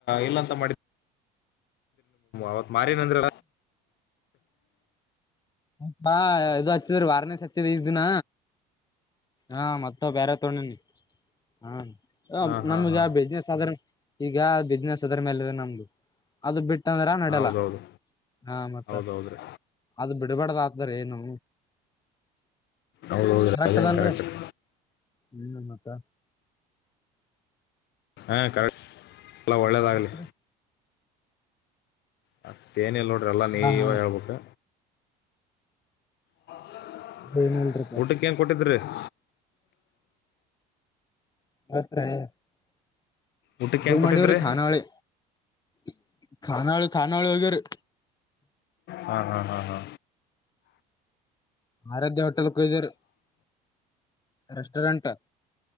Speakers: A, on the left; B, on the left.
A: ಇಲ್ಲಂತ ಮಾಡಿದ ಅವತ್ ಮಾರಿನಂದ್ರ
B: ಹ್ಮ ಹಾ ಇದು ಹಚ್ಚಿದ್ರೀ ವಾರ್ನೆಸ್ ಹಚ್ಚದ ಈ ದಿನ ಹಾ ಮತ್ತ ಬೇರೆ ತೋೊಂಡನಿ ಹಾ ಹ
A: ಹಾ
B: ನಮ್ಗೆ
A: ಹಾ ಹಾ
B: ಯಾವ ಬಿಸಿನೆಸ್ ಅಂದ್ರ ಸಾಧಾರಣ ಈಗ ಬಿಸ್ನೆಸ್ ಅದ್ರ ಮೇಲೆ ನಮ್ದು ಅದು ಬಿಟ್ಟ ಅಂದ್ರ ನಡೆಲ್ಲ
A: ಹೌದೌದು
B: ಹಾ ಮತ್ತ
A: ಹೌದೌದ್ರೀ
B: ಅದು ಬಿಡಬೇಡ್ದಾಗತಾರೆ ಏನು
A: ಅವಳ ಹೌದ
B: ಕರೆಕ್ಟ್
A: ಅದೇನ್
B: ಅದಲ್ರಿ
A: ಕರೆಕ್ಟರ್
B: ಹ್ಮ್ ಮತ್ತ
A: ಹೇ ಕರೆಕ್ಟ್ ಎಲ್ಲ ಒಳ್ಳೆಯದಾಗಲಿ
B: ಹಾ ಮತ್ರಿ
A: ಮತ್ತೇಏನಲ್ಲ ನೋಡ ಅರೆಲ್ಲ ನೀವಾಗ
B: ಹಾ ಹಾ
A: ಹೇಳ್ಬೇಕೆ ಹ
B: ಏನ್ ಇಲ್ರಿಪಾ
A: ಊಟಕ್ಕೆ ಏನ್ ಕೊಟ್ಟಿದ್ರಿ <unintelligible>
B: <unintelligible> <unintelligible>
A: ಊಟಕ್ಕೆ ಏನ್ ಕೊಟ್ಟಿದ್ರಿ
B: ಖಾನಾವಳಿ <inaudible> ಖಾನಾವಳಿ ಖಾನಾವಳಿ ಹೋಗೇರಿ
A: ಹಾ ಹಾ ಹಾ ಹಾ
B: ಆರಾಧ್ಯ ಹೋಟೆಲ್ಕ ಹೊಗೆರ್ರೀ ರೆಸ್ಟೋರೆಂಟ್